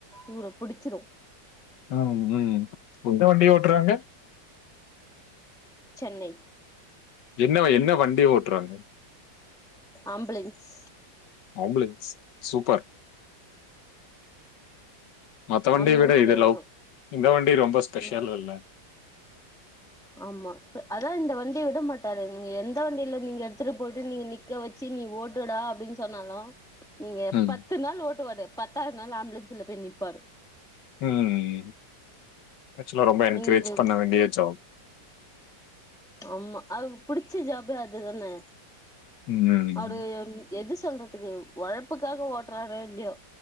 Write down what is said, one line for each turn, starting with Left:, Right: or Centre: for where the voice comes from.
Centre: இவர பிடிச்சிறு
Left: ம்ம் எந்த வண்டி ஓட்டறாங்க
Centre: சென்னை
Left: என்ன என்ன வண்டி ஓட்டுறாங்க
Centre: ஆம்புலன்ஸ்
Left: ஆம்புலன்ஸ் சூப்பர் மத்த வண்டிய
Centre: ஆம்புலன்ஸ்
Left: விட இது
Centre: டிரைவர்
Left: லவ் இந்த வண்டி ரொம்ப ஸ்பெஷலில்ல
Centre: ம் ஆமா அதா இந்த வண்டிய விட மாட்டாரு நீங்க எந்த வண்டியில நீங்க எடுத்துட்டு போயிட்டு நீங்க நீக் க்க வச்சு நீ ஓட்டுடா அப்டின்னு சொன்னாலு நீங்க
Left: ம்.
Centre: பத்து நாள் ஓட்டுவாரு பத்தாவது நாள் ஆம்புலன்ஸ்ல போய் நிற்பாரு
Left: ம் ம் ஆக்சுவலா ரொம்ப என்கரேஜ்
Centre: நீங்க இது
Left: பண்ண வேண்டிய ஜாப்
Centre: ஆமா அவருக்கு புடிச்ச ஜபே அதுதானே
Left: ம்.
Centre: அவரு எது சொல்றதுக்கு ஒழப்புக்காக ஓட்டுறாரே இல்லயோ